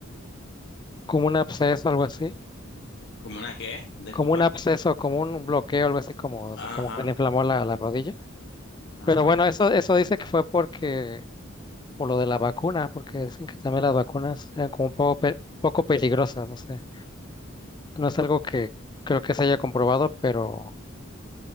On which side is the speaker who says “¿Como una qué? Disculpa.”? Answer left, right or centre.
Left